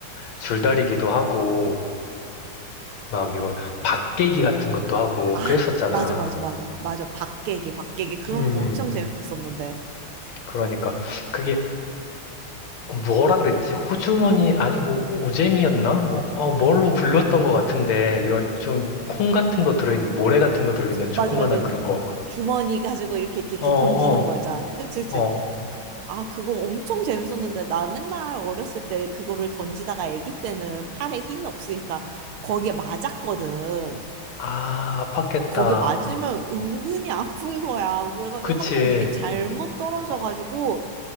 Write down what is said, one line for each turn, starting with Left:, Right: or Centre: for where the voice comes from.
Left: 줄다리기도 하고 막 이거 박깨기 같은 것도 하고
Right: 아,
Left: 그랬었잖아.
Right: 맞아, 맞아, 맞아. 맞아. 박계기, 박계기. 그런
Left: 음,
Right: 거 엄청 재밌었는데.
Left: 그러니까 그게 뭐라 그랬지? 호주머니 아니고 오재미였나? 뭐 어, 뭘로 불렀던 것 같은데 이런 좀 콩 같은 거 들어있는 모래 같은 거 들어있는 조그만한
Right: 맞아, 맞아.
Left: 그런 거.
Right: 주머니 가지고 이렇게 이렇게, 이렇게
Left: 어, 어,
Right: 던지는 거 있잖아. 그치, 그치.
Left: 어.
Right: 그, 아, 그거 엄청 재밌었는데 나 맨날 어렸을 때 그거를 던지다가 아기 때는 팔에 힘이 없으니까 거기에 맞았거든.
Left: 아, 아팠겠다.
Right: 거기에 맞으면 은근히 아픈 거야. 그래가지고
Left: 그치.
Right: 한 번 이게 잘못 떨어져가지고